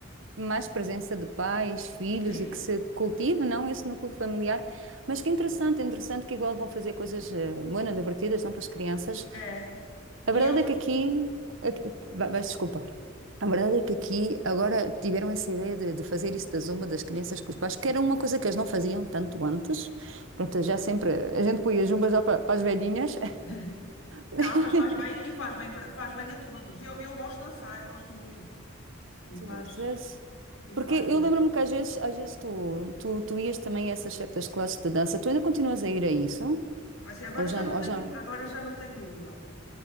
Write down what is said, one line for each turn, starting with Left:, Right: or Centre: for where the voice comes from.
Right: mais presença de pais, filhos
Left: Sim,
Right: e que se cultive, não esse núcleo familiar. Mas que interessante, interessante que igual vão fazer coisas eh, bueno, divertidas, não para as crianças.
Left: é.
Right: A
Left: E
Right: verdade
Left: eu.
Right: é que aqui, aqui vai-
Left: Sim.
Right: vais desculpar. A verdade é que aqui agora tiveram essa ideia de, de fazer isso da zumba das crianças com os pais, que
Left: Sim.
Right: era uma coisa que eles não faziam tanto antes. Pronto, já sempre a gente põe a zumba já para, para as velhinhas.
Left: <laughs>
Right: <laughs>
Left: Não, mas faz bem e faz bem, pra- faz bem a todos. Eu, eu gosto de dançar, eu gosto muito. E
Right: Tu
Left: faz,
Right: gostas?
Left: e
Right: Porque
Left: faz
Right: eu
Left: bem.
Right: lembro-me que às vezes, às vezes tu, tu, tu ias também a essas certas classes de dança. Tu ainda continuas a ir a isso?
Left: Assim, agora
Right: Ou
Left: já
Right: já?
Left: não tenho,
Right: Ou já?
Left: agora já não tenho ido, não.